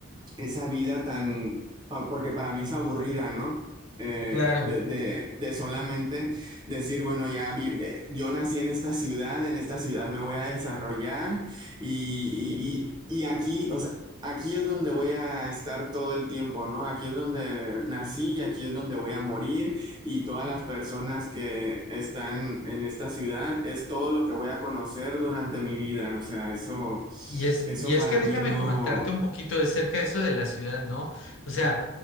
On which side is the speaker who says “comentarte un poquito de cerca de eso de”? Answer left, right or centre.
Left